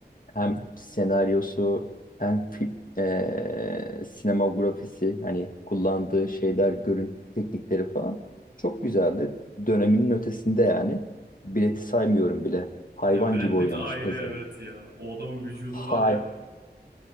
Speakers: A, on the left; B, on the right.
A: hem senaryosu hem fi- eee, sinemografisi hani kullandığı şeyler, görüntü teknikleri falan çok güzeldi. Döneminin ötesinde yani. Bileti saymıyorum bile. Hayvan
B: Ya Brad
A: gibi oynamış
B: Pitt ayrı
A: pezevenk.
B: evet ya. O adamın vücudu
A: Hay
B: var ya.